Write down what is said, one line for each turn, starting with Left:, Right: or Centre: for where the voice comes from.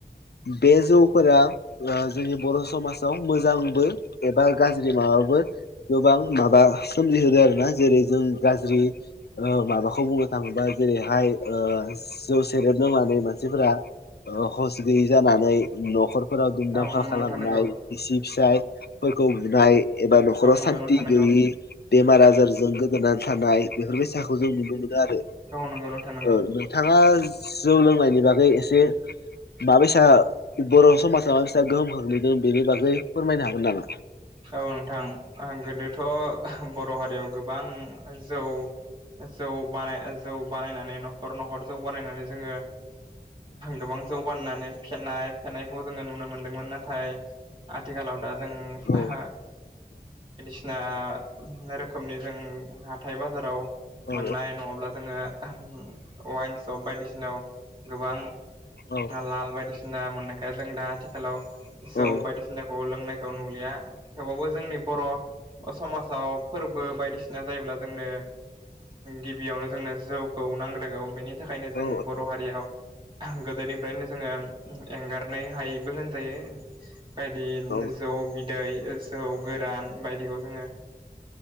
Left: बे जौफोरा ओ जोंनि बर' समाजाव मोजांबो एबा गाज्रि मोन बाबो गोबां माबा सोमजि होदों आरोना जेरै जों गाज्रि माबाखौ बुंनो थाङोबा जै बेैहाय जौ सेरेबनो माने मानसिफोरा हस गैयि जानानै न'खर फोराव दुम दांफा
Right: औ नंगौ
Left: खालामनाय
Right: नोंथां नंगौ
Left: बिसि फिसायफोरखौ बुनाय एबा न'खराव
Right: न
Left: सान्थि
Right: थानांगौ।
Left: गैयि बेमार आजारजों गोदोनानै थानाय बेफोरबायदि साहाखौ जों नुनो मोनो आरो।
Right: नोंखौ नोंथां नोंगौ।
Left: ओ नोंथाङा जौ लोंनायनि बागै एसे माबेसा बर' समाजा माबेसा गोहोम खोख्लैदों बेनि बागै फोरमायनो हागोन नामा?
Right: औ नोंथां गोदोथ' बर' हारियाव गोबां जौ जौ बानाय जौ बानायनानै न'खर न'खर जौ बानायनानै जोङो गोबां जौ बाननानै फेनाय फेनायखौ जोङो नुनो मो नों नाथाय आथिखालाव दा जों
Left: औ
Right: सिना रोखोमनि जों हाथथाय बाजाराव
Left: औ
Right: मोननाय नङाब्ला जोङो वाइन सप बायदिसिनाव गोबां
Left: औ
Right: लाल बायदिसिना मोननायखौ जों दा आथिखालाव जौ
Left: औ
Right: बायदिसिनाखौ लोंनायखौ नुलिया थेवबाबो जोंनि बर' समाजाव फोरबो बायदिसिना जायोब्ला जोंनो गि गिबियावनो जोंनो जौखौ नांग्रोगौ बेनि थाखायनो जों
Left: औ
Right: बर' हारियाव गोदोनिफ्रायनो जोङो एंगारनाय हायैबो होनजायो। बायदि
Left: औ
Right: जौ बिदै जौ गोरान बायदिखौ जोङो